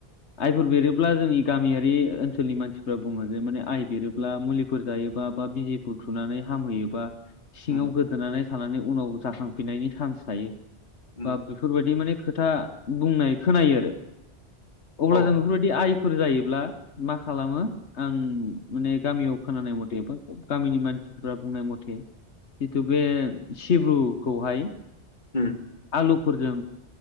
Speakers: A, on the left (about 85°); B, on the left (about 45°).
A: आइफोर बेरोब्ला जोंनि गामियारि ओनसोलनि मानसिफ्रा बुङो जे माने आइ बेरोब्ला मुलिफोर जायोबा बा बिजिखौ थुनानै हामहैयोबा सिङाव
B: उम
A: गोदोनानै उनाव जाखांनायनि चान्स थायो
B: उम
A: बा बेफोरबायदि माने खोथा बुंनाय खोनायो आरो अब्ला
B: औ
A: जों बेफोरबायदि आइ फोर जायोब्ला मा खालामो आं माने गामियाव खोनानाय मथे बा गामिनि मानसिफ्रा बुंनाय मथे जिथु बे सिब्रुखौहाय
B: उम
A: आलुफोरजों